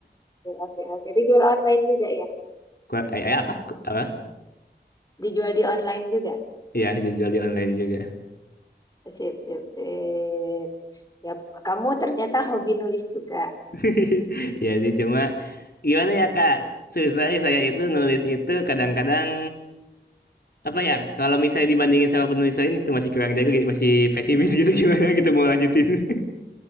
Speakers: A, on the left; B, on the left.
A: oke, oke, oke. Dijual online juga ya?
B: <laughs> Ku- Eh, eh, apa? Ku- Apa?
A: Dijual di online juga?
B: Iya, jual di online juga.
A: Sip, sip, sip. Ya, kamu ternyata hobi nulis juga.
B: <laughs> Iya sih, cuma gimana ya Kak? Susah sih saya itu nulis itu kadang-kadang apa ya kalau misalnya dibandingin sama penulis lain itu masih kurang jago gitu, masih pesimis <laughs> gitu gimana gitu mau lanjutin